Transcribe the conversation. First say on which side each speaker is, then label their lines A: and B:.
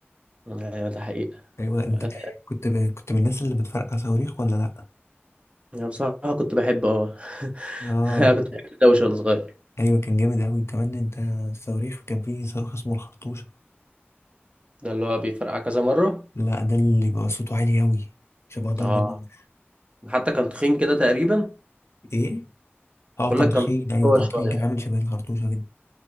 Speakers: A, on the right (about 25°); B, on the left (about 85°).
A: ايوه ده حقيقة
B: ايوه انت
A: آه،
B: كنت ب... كنت من الناس اللي بتفرقع صواريخ ولا لا
A: انا بصراحة كنت بحب اه
B: اه
A: <laughs> أنا كنت بحب الدوشة وانا صغير
B: ايوه كان جامد قوي كمان انت الصواريخ كان فيه صاروخ اسمه الخرطوشه
A: ده اللي هو بيفرقع كذا مرة
B: لا ده اللي بيبقى صوته عالي قوي شبه ضرب
A: اه
B: النار
A: حتى كان تخين كده تقريبا
B: ايه اه
A: بقول
B: كان
A: لك
B: تخين
A: كان
B: ايوه
A: هو
B: كان
A: شوية
B: تخين كان عامل شبه الخرطوشة كده